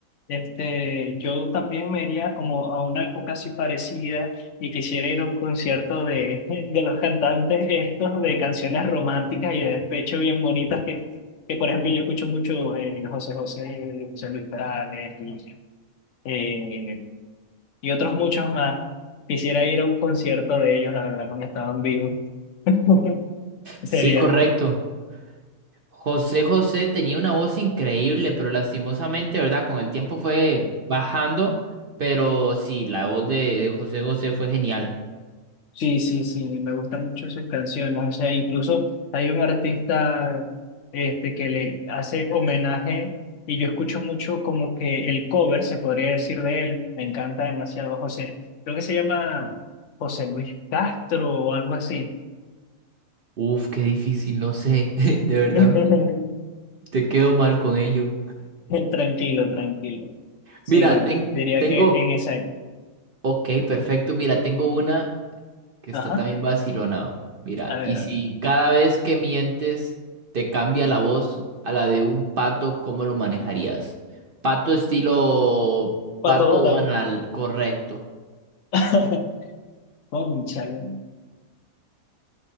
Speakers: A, on the left (about 65°); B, on the right (about 50°).
A: Este, yo también me iría como a una época así parecida y quisiera ir a un concierto de, <laughs> de los cantantes estos de canciones románticas y de despecho bien bonitas que, que por ejemplo yo escucho mucho eh, José José, José Luis Perales y, eh, y otros muchos más. Quisiera ir a un concierto de ellos, la verdad, cuando estaban vivos. <laughs> Sería.
B: Sí, correcto. José José tenía una voz increíble, pero lastimosamente, ¿verdad? Con el tiempo fue bajando, pero sí, la voz de de José José fue genial.
A: Sí, sí, sí, me gustan mucho sus canciones. O sea, incluso hay un artista este, que le hace homenaje y yo escucho mucho como que el cover, se podría decir de él. Me encanta demasiado José. Creo que se llama José Luis Castro o algo así.
B: Uf, qué difícil, no sé. <laughs> De verdad,
A: <laughs>
B: te quedo mal con ello.
A: Tranquilo, tranquilo. Sí,
B: Mira,
A: bueno,
B: ten-
A: diría
B: tengo...
A: que en esa época.
B: Ok, perfecto. Mira, tengo una que está
A: Ajá,
B: también vacilona. Mira,
A: a ver,
B: y si
A: a ver.
B: cada vez que mientes te cambia la voz a la de un pato, ¿cómo lo manejarías? Pato estilo
A: Pato
B: pato
A: Donald.
B: Donald, correcto.
A: <laughs> Cónchale.